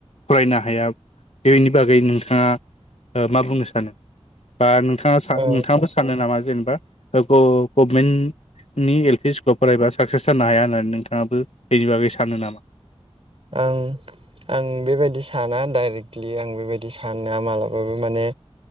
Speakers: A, on the left; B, on the right.
A: फरायनो हाया बेनि बागै नोंथाङा ओ मा बुंनो सानो? बा नोंथाङा सा
B: औ
A: नोंथाङाबो सानो नामा जेनेबा ओ ग-गभमेन्ट नि एल पि स्कुलाव फरायबा साक्सेस जानो हाया होननानै नोंथाङाबो बेनि बागै सानो नामा?
B: आं आं बेबायदि साना डाइरेक्टलि आं बेबायदि साना मालाबाबो माने